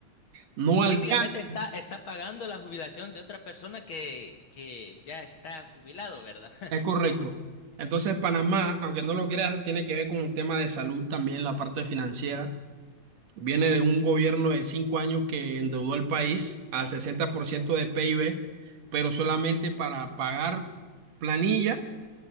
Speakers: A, on the right (about 60°); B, on the left (about 65°).
A: no alcanza,
B: Prácticamente está, está pagando la jubilación de otra persona que, que ya está jubilado, ¿verdad? <laughs>
A: es correcto. Entonces, Panamá, aunque no lo creas, tiene que ver con un tema de salud también, la parte financiera. Viene de un gobierno de cinco años que endeudó al país al 60% de PIB, pero solamente para pagar planilla